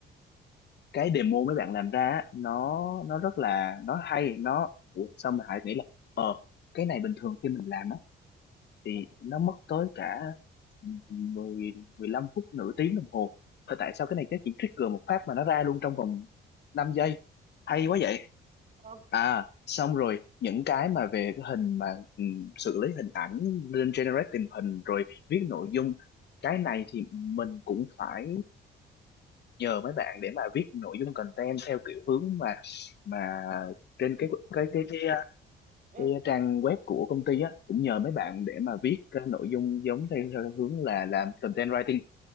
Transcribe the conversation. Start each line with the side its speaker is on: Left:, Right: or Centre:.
Left: cái demo mấy bạn làm ra á, nó nó rất là nó hay nó Ủa, sao mình lại nghĩ là ờ cái này bình thường khi mình làm á thì
Right: ừ.
Left: nó mất tới cả 10 15 phút nửa tiếng đồng hồ Thôi tại sao cái này cái chỉ trigger một phát mà nó ra luôn trong vòng năm giây hay quá vậy
Right: ừ.
Left: à xong rồi những cái mà về cái hình mà ừ, xử lý hình ảnh lên generate tình hình rồi viết nội dung cái này thì mình cũng phải nhờ mấy bạn để mà viết nội dung content theo kiểu hướng mà mà trên cái cái cái cái,
Right: ừ.
Left: cái trang web của công ty á cũng nhờ mấy bạn để mà viết cái nội dung giống theo, theo hướng là làm content writing